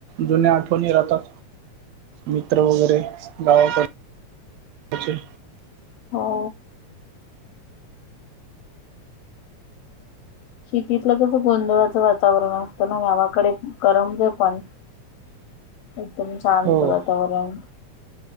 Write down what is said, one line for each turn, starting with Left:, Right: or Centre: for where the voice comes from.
Right: जुन्या आठवणी राहतात मित्र वगैरे गाव कडचे.
Left: हो. शेतीतलं कच गोंधळाचं वातावरण असत ना गावाकडे करमते पण एकदम शांत
Right: हो.
Left: वातावरण